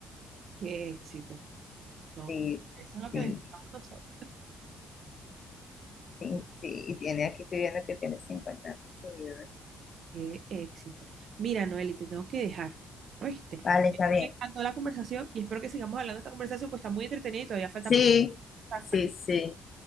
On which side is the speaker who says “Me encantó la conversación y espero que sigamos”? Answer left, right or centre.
Right